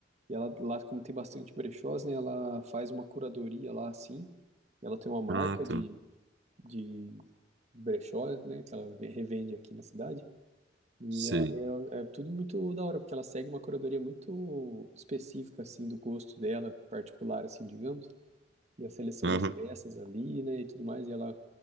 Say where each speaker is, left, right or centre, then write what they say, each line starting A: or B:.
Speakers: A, on the right; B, on the right.
A: e ela lá, como tem bastante brechós, né, ela faz uma curadoria lá, assim, ela tem uma marca
B: Ah, tá.
A: de, de brechó, né? Que ela ve- revende aqui na cidade. E
B: Sei.
A: ela- é, é tudo muito da hora, porque ela segue uma curadoria muito específica, assim, do gosto dela, particular, assim, digamos. E a seleção
B: Aham,
A: das peças ali, né? E tudo mais. E ela,